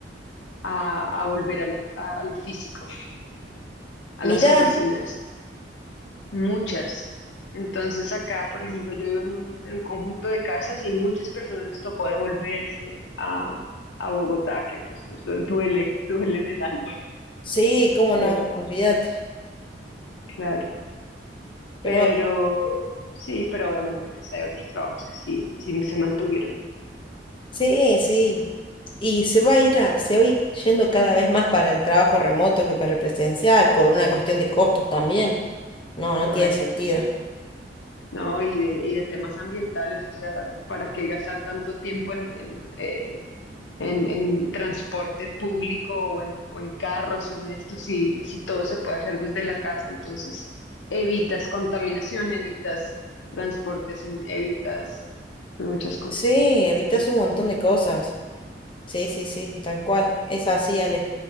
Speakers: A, on the left; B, on the left.
A: a, a volver a la- a lo físico, a
B: Mirá,
A: las oficinas. Muchas. Entonces acá, por ejemplo, yo vivo en un, en un conjunto de casas y muchas personas les tocó devolverse a, a Bogotá, que pues eso <laughs> duele, duele en el alma.
B: sí, cómo
A: Pero,
B: no, olvídate.
A: claro.
B: Pero
A: Pero
B: bueno,
A: sí, pero obviamente pues hay otros trabajos que sí, sí se mantuvieron.
B: sí, sí. Y se va a ir a, se va a ir yendo cada vez más para el trabajo remoto que para el presencial, por una cuestión de costos también. No, no
A: Correcto.
B: tiene sentido.
A: No, y de, y de temas ambientales, o sea, ¿para qué gastar tanto tiempo en, en, eh, en, en transporte público o en, o en carros o en esto, si, si todo se puede hacer desde la casa, entonces evitas contaminación, evitas transportes, en- evitas muchas cosas.
B: Sí, evitas un montón de cosas. Sí, sí, sí, tal cual. Es así, Ale.